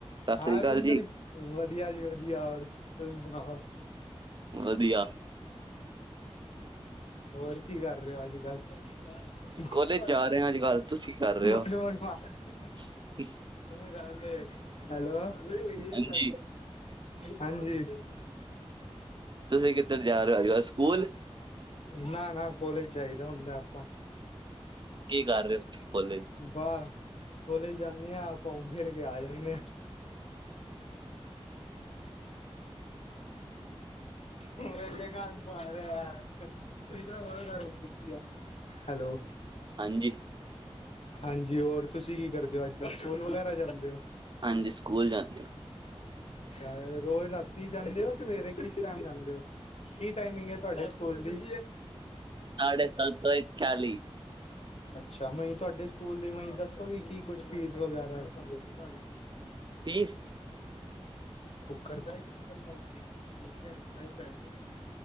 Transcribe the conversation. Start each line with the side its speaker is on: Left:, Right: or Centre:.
Right: ਸਤਿ
Left: ਹਾਂ
Right: ਸ੍ਰੀ ਅਕਾਲ
Left: ਇੰਦਰ
Right: ਜੀ
Left: ਵਧੀਆ ਜੀ- ਵਧੀਆ ਹੋਰ ਤੁਸੀ ਸੁਣਾਓ?
Right: ਵਧੀਆ।
Left: ਹੋਰ ਕੀ ਕਰ ਰਹੇ ਹੋ ਅੱਜ-ਕੱਲ? <unintelligible>
Right: ਕੋਲੇਜ ਜਾ ਰਹੇ ਹੋ ਅੱਜ ਕੱਲ ਤੁਸੀਂ ਕਰ ਰਹੇ ਹੋ <unintelligible>
Left: ਹੈਲੋ, ਜਾਂਦੀ ਹੋਣੀ
Right: ਹਾਂਜੀ
Left: ਹਾਂਜੀ।
Right: ਤੁਸੀਂ ਕਿੱਧਰ ਜਾ ਰਹੇ ਹੋ ਸਕੂਲ।
Left: ਨਾ-ਨਾ ਕੋਲੇਜ ਚਹੀਦਾ ਹੁੰਦਾ ਆਪਾਂ,
Right: ਕੀ
Left: ਕਿ ਕਰ
Right: ਰਹੇ
Left: ਰਹੋ ਹੋ?
Right: ਕੋਲੇਜ
Left: ਬਸ, ਕੋਲੇਜ ਜਾਂਦੇ ਹ ਘੁੰਮ-ਫਿਰ ਕੇ ਆ ਜਾਂਦੇ ਆ। <unintelligible> ਮੇਰੇ ਗਲ ਪਵਾ ਦੇ ਯਾਰ ਸਹੀ ਤਰਹਾ ਕਿ ਹਾਂ? ਹੈਲੋ।
Right: ਹਾਂਜੀ।
Left: ਹਾਂਜੀ, ਹੋਰ ਤੁਸੀਂ ਕੀ ਕਰਦੇ ਹੋ ਅੱਜ-ਕੱਲ੍ਹ ਸਕੂਲ ਵਗੈਰਾ ਜਾਂਦੇ ਹੋ?
Right: ਹਾਂਜੀ, ਸਕੂਲ ਜਾਂਦੇ ਹਾਂ।
Left: ਅੱਛਾ, ਰੋਜ਼ ਰਾਤੀ ਜਾਂਦੇ ਹੋ ਸਵੇਰੇ ਕਿਸ ਟਾਈਮ ਜਾਂਦੇ ਹੋ? ਕੀ ਟਮਿੰਗ ਹੈ ਤੁਹਾਡੇ ਸਕੂਲ ਦੀ? <unintelligible>
Right: ਸਾਢੇ ਸੱਤ ਤੋਂ ਇੱਕ ਚਾਲੀ
Left: ਅੱਛਾ, ਨੀ ਤੁਹਾਡੇ ਸਕੂਲ ਦੀ ਨੀ ਦੱਸੋਗੇ ਕੀ ਕੁਝ ਫੀਸ ਵਗੈਰਾ ਹੈਗੀ ਐਂ? <inaudible>
Right: ਫੀਸ
Left: ਉਹ ਕਰਦਾ ਹੀ ਗੱਲਾਂ ਇਵੇਂ ਦੀ ਹੈ ਉਹ ਕਰਦਾ, ਕਿਤਿਆ ਨੇ